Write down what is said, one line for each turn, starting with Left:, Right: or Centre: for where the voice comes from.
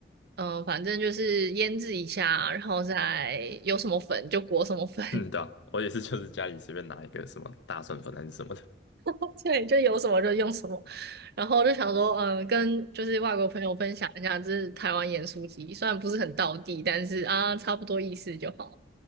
Right: 嗯、呃反正就是腌制一下，然后再有什么粉就裹什么粉，
Left: <laughs> 嗯，对啊，我也是，就是家里随便拿一个什么大蒜粉还是什么的
Right: <laughs> 对，就有什么就用什么，然后我就想说，嗯、跟就是外国朋友分享一下，这是台湾盐酥鸡，虽然不是很道地，但是啊，差不多意思就好。